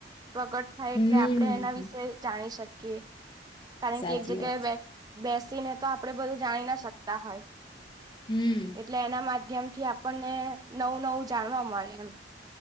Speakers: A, on the right; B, on the left.
A: પ્રગટ થાય
B: હમ
A: એટલે આપણે એના વિશેે જાણી શકીએ, કે કારણ
B: સાચી
A: કે એક જગ્યાએ
B: વાત છે.
A: બેસીને તો આપડે બધું જાણી ના શકતા હોય
B: હમ
A: એટલે એના માધ્યમ થી આપણને નવું નવું જાણવા મળે એમ.